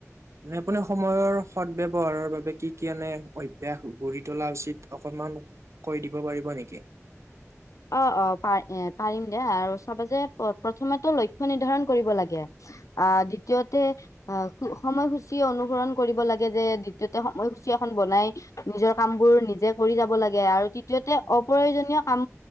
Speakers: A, on the right (about 60°); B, on the left (about 75°).
A: মানে আপুনি সময়ৰ সদ ব্যৱহাৰৰ বাবে কি - কি এনে অভ্যাস গঢ়ি তোলা উচিত অকল অলপমান কৈ দিব পাৰিব নেকি?
B: <inaudible> অ', - অ ', পাৰ এ পাৰিম দিয়া আৰু চাবা যে প্ৰথমেতো লক্ষ্য নিৰ্ধাৰণ কৰিব লাগে আহ, দ্বিতীয়তে অ' সময়সূচী অনুসৰণ কৰিব লাগে যে দ্বিতীয়তে সময়সূচী এখন বনাই নিজৰ কাম বোৰ নিজে কৰি যাব লাগে আৰু তৃতীয়তে অপ্ৰয়োজনীয় কাম